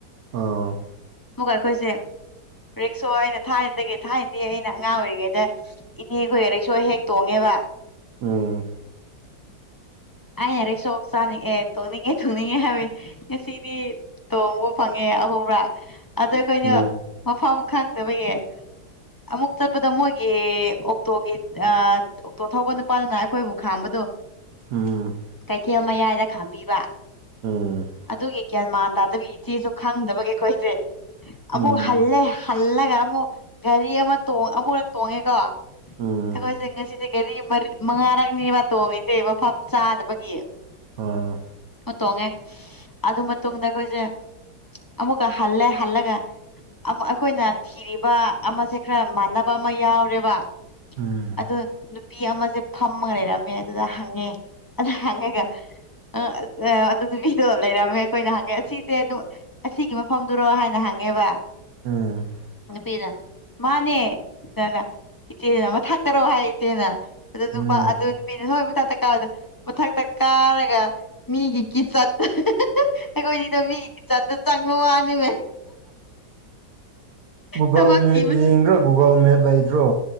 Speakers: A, on the right; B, on the left.
A: ꯑꯧ
B: ꯑꯃꯨꯛꯀ ꯑꯩꯈꯣꯏꯁꯦ ꯔꯤꯛꯁꯣ ꯑꯩꯅ ꯊꯥꯏꯅꯩꯗꯤ ꯊꯥꯏꯅꯩꯗꯤ ꯑꯩꯅ ꯑꯉꯥꯡ ꯑꯣꯏꯔꯤꯉꯩꯗ ꯏꯅꯦꯈꯣꯏꯒ ꯔꯤꯛꯁꯣ ꯍꯦꯛ ꯇꯣꯡꯉꯦꯕ
A: ꯎꯝ
B: ꯑꯩꯅ ꯔꯤꯛꯁꯣ ꯆꯠꯅꯤꯡꯑꯦ ꯇꯣꯡꯅꯤꯡꯉꯦ ꯇꯨꯅꯤꯡꯉꯦ ꯍꯥꯏꯕꯩ ꯉꯁꯤꯗꯤ ꯇꯣꯡꯕ ꯐꯪꯉꯦ ꯑꯍꯨꯝꯔꯛ ꯑꯗꯨ ꯑꯩꯈꯣꯏꯅ
A: ꯎꯝ
B: ꯃꯐꯝ ꯈꯪꯗꯕꯒꯤ ꯑꯃꯨꯛ ꯆꯠꯄꯗ ꯃꯣꯏꯒꯤ ꯑꯣꯛꯇꯣꯒꯤ ꯑ ꯑꯣꯛꯇꯣ ꯊꯧꯕ ꯅꯨꯄꯥꯗꯨꯅ ꯑꯩꯈꯣꯏꯕꯨ ꯈꯥꯝꯕꯗꯣ
A: ꯎꯝ
B: ꯀꯩꯊꯦꯜ ꯃꯌꯥꯏꯗ ꯈꯥꯝꯕꯤꯕ
A: ꯎꯝ
B: ꯑꯗꯨꯒꯤ ꯒ꯭ꯌꯥꯟ ꯃꯥꯟ ꯇꯥꯗꯕꯤ ꯏꯆꯦꯁꯨ ꯈꯪꯗꯕꯒꯤ ꯑꯩꯈꯣꯏꯁꯦ
A: ꯎꯝ
B: ꯑꯃꯨꯛ ꯍꯜꯂꯦ ꯍꯜꯂꯒ ꯑꯃꯨꯛ ꯒꯥꯔꯤ ꯑꯃ ꯇꯣꯡ ꯑꯃꯨꯛꯔꯛ ꯇꯣꯡꯉꯦꯀꯣ
A: ꯎꯝ
B: ꯑꯩꯈꯣꯏꯁꯦ ꯉꯁꯤꯁꯦ ꯒꯥꯔꯤ ꯃꯔꯤ ꯃꯉꯥꯔꯛ ꯅꯦꯕꯥ ꯇꯣꯡꯉꯤ ꯁꯦ ꯃꯐꯝ ꯆꯥꯗꯕꯒꯤ
A: ꯑꯥ
B: ꯑꯣ ꯇꯣꯡꯉꯦ ꯑꯗꯨ ꯃꯇꯨꯡꯗ ꯑꯩꯈꯣꯏꯁꯦ ꯑꯃꯃꯨꯀ ꯍꯜꯂꯦ ꯍꯜꯂꯒ ꯑꯝ ꯑꯩꯈꯣꯏꯅ ꯊꯤꯔꯤꯕ ꯑꯃꯁꯦ ꯈꯔ ꯃꯥꯟꯅꯕ ꯑꯃ ꯌꯥꯎꯔꯦꯕ
A: ꯎꯝ
B: ꯑꯗꯨ ꯅꯨꯄꯤ ꯑꯃꯁꯦ ꯐꯝꯃꯒ ꯂꯩꯔꯝꯃꯦ ꯑꯗꯨꯗ ꯍꯪꯉꯦ ꯑꯗꯨ ꯍꯪꯉꯒ ꯑ ꯑꯗꯨ ꯅꯨꯄꯤꯗꯣ ꯂꯩꯔꯝꯃꯦ ꯑꯩꯈꯣꯏꯅ ꯍꯪꯉꯦ ꯑꯁꯤꯁꯦ ꯑꯗꯨꯝ ꯑꯁꯤꯒꯤ ꯃꯐꯝꯗꯨꯔꯣ ꯍꯥꯏꯅ ꯍꯪꯉꯦꯕ
A: ꯑꯝ
B: ꯅꯨꯄꯤꯗꯨꯅ ꯃꯥꯅꯦ ꯇ ꯏꯆꯦꯅ ꯃꯊꯛ ꯇꯔꯣ ꯍꯥꯏ ꯏꯆꯦꯅ ꯑꯗꯨ
A: ꯎꯝ
B: ꯅꯨꯄꯥ ꯑꯗꯨ ꯕꯤꯏꯒꯤ ꯃꯊꯛꯇ ꯀꯥꯕꯗ ꯃꯊꯛꯇ ꯀꯥꯔꯒ ꯃꯤꯒꯤ ꯀꯤꯠꯆꯟ ꯑꯩꯈꯣꯏ ꯅꯤꯗꯣ ꯃꯤꯒꯤ ꯀꯤꯠꯆꯟꯗ ꯆꯪꯕ ꯋꯥꯅꯦꯃꯤ
A: ꯎ ꯒꯨꯒꯜ
B: ꯊꯕꯛ
A: ꯃꯦꯞ
B: ꯊꯤꯕꯁꯦ
A: ꯌꯦꯡꯗ꯭ꯔꯣ ꯒꯨꯒꯜ ꯃꯦꯞ ꯂꯩꯇ꯭ꯔꯣ